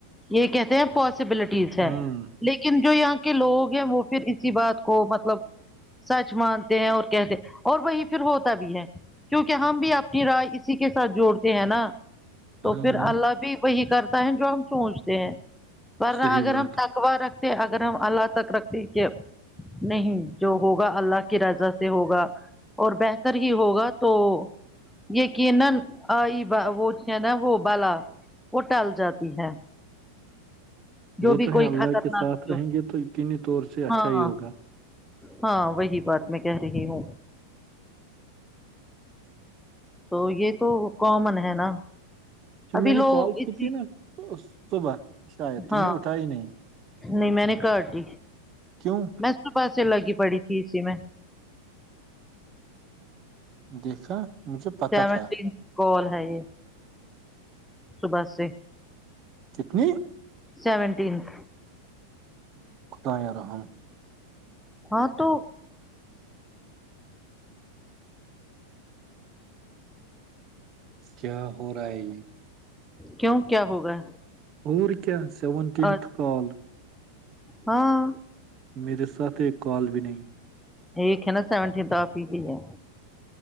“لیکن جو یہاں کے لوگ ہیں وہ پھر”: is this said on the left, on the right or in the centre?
Centre